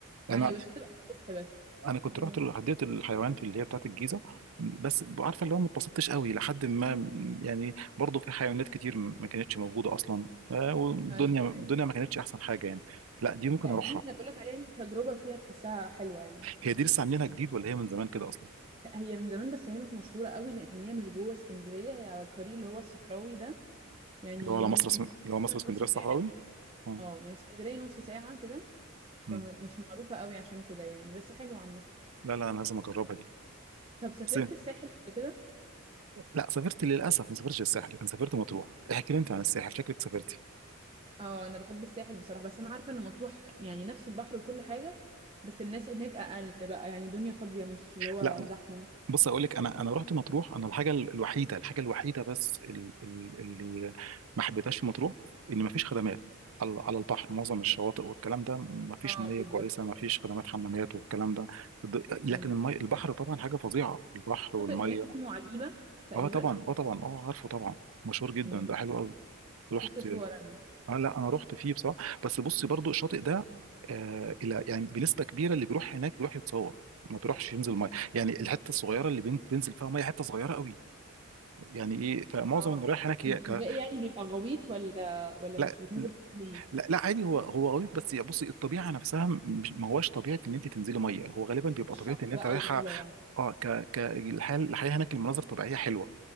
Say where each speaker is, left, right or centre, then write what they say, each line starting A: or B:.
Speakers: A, on the right; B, on the right.
A: انا
B: ايوه بس بتبقى الصبح بس
A: انا كنت
B: دي
A: رحت
B: المشكله
A: حديقه الحيوان في اللي هي بتاعه الجيزه بس عارفه اللي هو ما اتبسطتش قوي لحد ما يعني برضه في حيوانات كتير ما كانتش موجوده اصلا آه، والدنيا
B: ايوه
A: الدنيا
B: ايوه
A: ما كانتش احسن حاجه يعني لا دي ممكن
B: لا
A: اروحها
B: دي اللي بقول لك عليها دي تجربه فيها تحسها حلوه يعني
A: هي دي لسه عاملينها جديد ولا هي من زمان كده اصلا
B: لا، هي من زمان بس هي مش مشهوره قوي لان هي مش جوه اسكندريه هي على الطريق اللي هو الصحراوي ده يعني
A: اللي هو على
B: من
A: مصر
B: اسكندريه
A: اسم- اللي
B: مثلا
A: هو مصر اسكندريه
B: نص ساعه
A: الصحراوي اه
B: اه من اسكندريه نص ساعه كده فمش
A: أمم.
B: معروفه قوي عشان كده يعني بس حلوه عامه
A: لا لا انا لازم اجربها دي
B: طب سافرت
A: بس
B: الساحل قبل كده
A: لا سافرت للاسف ما سافرتش الساحل لكن سافرت مطروح احكي لي انت عن الساحل شكلك سافرتي
B: اه انا بحب الساحل بصراحه بس انا عارفه ان مطروح يعني نفس البحر وكل حاجه بس الناس هناك اقل بقى يعني دنيا فاضيه مش اللي هو
A: لا
B: زحمه
A: بص اقول لك انا انا رحت مطروح انا الحاجه الوحيده الحاجه الوحيده بس ال- ال- اللي ما حبيتهاش في مطروح ان ما فيش خدمات على على البحر معظم الشواطئ والكلام ده ما فيش
B: اه
A: ميه
B: بالظبط
A: كويسه ما فيش خدمات حمامات والكلام ده ض- لكن
B: مم.
A: المي البحر طبعا حاجه فظيعه البحر والميه
B: شاطئ هناك اسمه عجيبة تقريبا
A: اه طبعا اه طبعا اه عارفه طبعا مشهور جدا
B: مم.
A: ده حلو قوي رحت
B: شفت صور انا
A: اه لا انا رحت فيه بصراحه بس بصي برضو الشاطئ ده آه الى يعني بنسبه كبيره اللي بيروح هناك بيروح يتصور ما بيروحش ينزل ميه يعني الحته الصغيره اللي بين- بينزل فيها ميه حته صغيره قوي يعني ايه فمعظم
B: اه
A: اللي رايح هناك
B: الب-
A: هي ك...
B: الباقي يعني بيبقى غويط ولا ولا
A: لا
B: مش بيتنزل فيه ليه
A: لا لا عادي هو هو غريب بس يا بصي الطبيعه نفسها مش ما هواش طبيعه ان انت تنزلي ميه هو غالبا بيبقى
B: مش
A: طبيعه
B: شط
A: ان انت
B: بقى
A: رايحه
B: وكده يعني
A: اه ك ك الحياه الحياه هناك المناظر طبيعيه حلوه